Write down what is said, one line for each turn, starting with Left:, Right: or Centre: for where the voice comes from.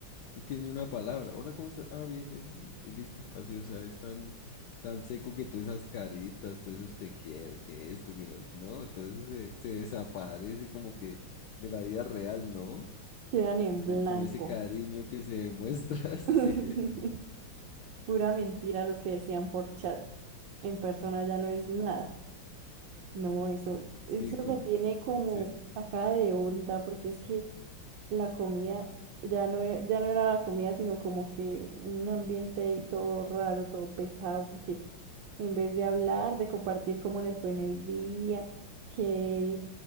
Left: Es que ni una palabra. Hola, ¿cómo estás? Ah, bien, bien. Y, y listo. Así, o sea, es tan, tan seco que todas esas caritas, todos esos te quiero, que esto, que lo... No, todo eso se, se desaparece como que de la vida real, ¿no?
Right: Quedan en
Left: Como,
Right: blanco.
Left: como ese cariño que se demuestra, <laughs> sí.
Right: <laughs> Pura mentira lo que decían por chat. En persona ya no es nada. No, eso,
Left: Sí,
Right: eso
Left: como...
Right: me tiene como
Left: se-
Right: sacada de onda porque es que la comida ya no era, ya no era la comida, sino como que un ambiente ahí todo raro, todo pesado, porque en vez de hablar, de compartir cómo les fue en el día, que